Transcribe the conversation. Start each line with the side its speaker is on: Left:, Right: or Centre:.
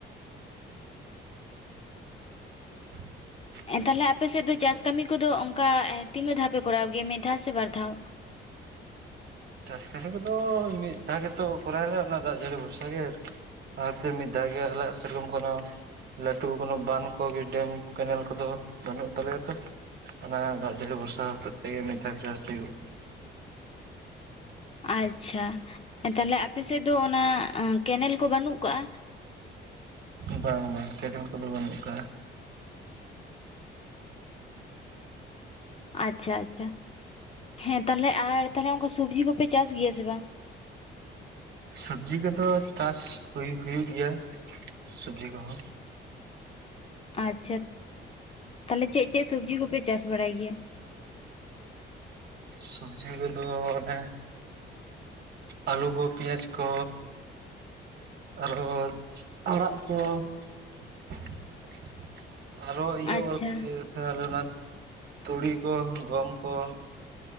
Right: <inaudible>
Left: ᱛᱟᱦᱞᱮ ᱟᱯᱮ ᱥᱮᱫ ᱫᱚ ᱪᱟᱥ ᱠᱟᱹᱢᱤ ᱠᱚᱫᱚ ᱚᱱᱠᱟ ᱛᱤᱱᱟᱹᱜ ᱫᱷᱟᱣ ᱯᱮ ᱠᱚᱨᱟᱣ ᱜᱮᱭᱟ ᱢᱤᱫ ᱫᱷᱟᱣ ᱥᱮ ᱵᱟᱨ ᱫᱷᱟᱣ
Right: ᱪᱟᱥ ᱠᱟᱹᱢᱤ ᱠᱚᱫᱚ ᱢᱤᱫ ᱫᱷᱟᱣ ᱜᱮᱛᱚ ᱠᱚᱨᱟᱣᱟᱞᱮ ᱚᱱᱟ ᱫᱟᱜ ᱡᱟᱹᱲᱤ ᱵᱷᱚᱨᱥᱟ ᱜᱮ ᱚᱱᱟ ᱠᱷᱟᱹᱛᱤᱨ ᱢᱤᱫ ᱫᱷᱟᱣ ᱜᱮ ᱟᱞᱮ ᱥᱮᱨᱚᱠᱚᱢ ᱠᱳᱱᱳ ᱞᱟᱹᱴᱩ ᱠᱳᱱᱳ ᱵᱟᱸᱫᱷ ᱠᱚᱜᱮ ᱰᱮᱢ ᱠᱮᱱᱮᱞ ᱠᱚᱫᱚ ᱵᱟᱹᱱᱩᱜ ᱛᱟᱞᱮᱭᱟ ᱛᱚ ᱚᱱᱟ ᱫᱟᱜ ᱡᱟᱹᱲᱤ ᱵᱷᱚᱨᱥᱟ ᱦᱚᱛᱮᱫ ᱛᱮᱜᱮ ᱢᱤᱫ ᱫᱷᱟᱣ ᱪᱟᱥ ᱦᱩᱭᱩᱜᱼᱟ
Left: ᱟᱪᱪᱷᱟ ᱛᱟᱦᱚᱞᱮ ᱟᱯᱮᱥᱮᱫ ᱫᱚ ᱚᱱᱟ ᱠᱮᱱᱮᱞ ᱠᱚ ᱵᱟᱹᱱᱩᱜ ᱟᱠᱟᱜᱼᱟ
Right: ᱵᱟᱝ ᱵᱟᱝ ᱠᱮᱱᱮᱞ ᱠᱚᱫᱚ ᱵᱟᱹᱱᱩᱜ ᱟᱠᱟᱫᱼᱟ
Left: ᱟᱪᱪᱷᱟ ᱟᱪᱪᱷᱟ ᱦᱮᱸ ᱛᱟᱦᱚᱞᱮ ᱟᱨ ᱛᱟᱦᱚᱞᱮ ᱚᱱᱠᱟ ᱥᱚᱵᱽᱡᱤ ᱠᱚᱯᱮ ᱪᱟᱥ ᱜᱮᱭᱟ ᱥᱮ ᱵᱟᱝ
Right: ᱥᱚᱵᱽᱡᱤ ᱠᱚᱫᱚ ᱪᱟᱥ ᱦᱩᱭ ᱦᱩᱭᱩᱜ ᱜᱮᱭᱟ ᱥᱚᱵᱽᱡᱤ ᱠᱚᱦᱚᱸ
Left: ᱟᱪᱪᱷᱟ ᱛᱟᱦᱚᱞᱮ ᱪᱮᱫ ᱪᱮᱫ ᱥᱚᱵᱽᱡᱤ ᱠᱚᱯᱮ ᱪᱟᱥ ᱵᱟᱲᱟᱭ ᱜᱮᱭᱟ
Right: ᱥᱚᱵᱽᱡᱤ ᱠᱚᱫᱚ ᱚᱱᱮ ᱟᱹᱞᱩ ᱠᱚ ᱯᱮᱸᱭᱟᱡᱽ ᱠᱚ ᱟᱨᱚ ᱟᱲᱟᱜ ᱠᱚ <unintelligible> ᱟᱨᱚ ᱤᱭᱟᱹ
Left: ᱟᱪᱪᱷᱟ
Right: ᱚᱨᱤᱛᱟᱦᱮᱱᱟᱞᱮ <inaudible> ᱛᱩᱲᱤ ᱠᱚ ᱜᱚᱢ ᱠᱚ